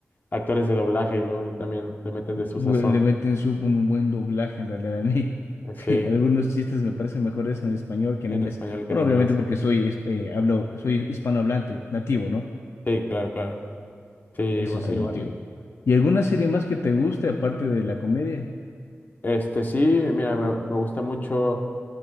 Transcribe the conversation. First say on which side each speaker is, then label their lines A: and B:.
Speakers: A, on the left; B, on the left.
A: actores de doblaje y luego también le meten
B: bu-
A: de su sazón.
B: le meten su, un buen doblaje en realidad a mí.
A: Eh,
B: <laughs>
A: Sí,
B: Algunos chistes me parecen mejores en español que
A: en
B: en inglés.
A: español que
B: Bueno,
A: en inglés.
B: obviamente porque soy, es- eh, hablo, soy hispanohablante, nativo, ¿no?
A: Sí, claro, claro. Sí, igua-
B: Ese es el
A: igual.
B: motivo.
A: a mí.
B: ¿Y alguna serie más que te guste aparte de la comedia?
A: Este, sí, mira, me, me gusta mucho